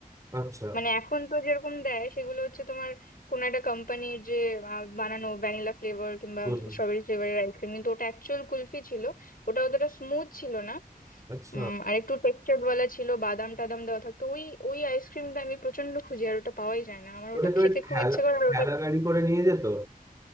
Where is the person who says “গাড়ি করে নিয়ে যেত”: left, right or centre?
Right